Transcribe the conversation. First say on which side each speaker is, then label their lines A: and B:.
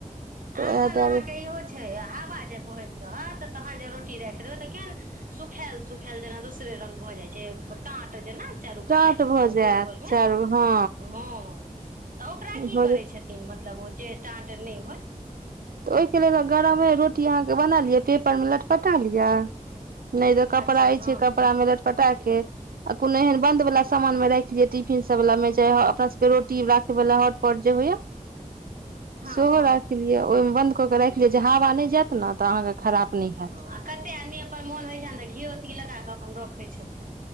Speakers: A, on the right; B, on the right.
A: तऽ उएह
B: एखन
A: दुआरे
B: अहाँके इहो छइ हवा जे बहैत रहत तहन जे रोटी राइख देबय त केहन सुखायल सुख खायल जेना दूसरे रंगग भऽ जाइ छै टाट जेना चारु कााते
A: टाट भऽ
B: ओ
A: जायत
B: गोल गोल मे
A: चारू हँ
B: हँ तऽ ओकरा की
A: भऽ
B: करै
A: जायत
B: छथिन मतलब ओ जे टाट नहि होय
A: तऽ ओहिके लेल गरमे रोटी अहाँके बना लिअ पेपरमे लटपटा लिअ नहि तऽ कपड़ा
B: अच्छा
A: अइछै
B: हँ
A: कपड़ा मे लटपटा के आ कोनो एहन बंद वला सामान मे राख लिय टिफिन सब वाला मे चाहे अपना सबके रोटी राखय वला हॉटपॉट जे होइये
B: <inaudible> हँ
A: सेहो
B: हँ
A: राख लियै ओहिमे बन्द कऽ के राख लिय जे हवा नहि जायत ने तऽ अहाँके खराब नहि हैत
B: हँ आ कतेक आदमी अपन मोन होइत छनि तऽ घियो ती लगा कऽ अपन रखैत छथिन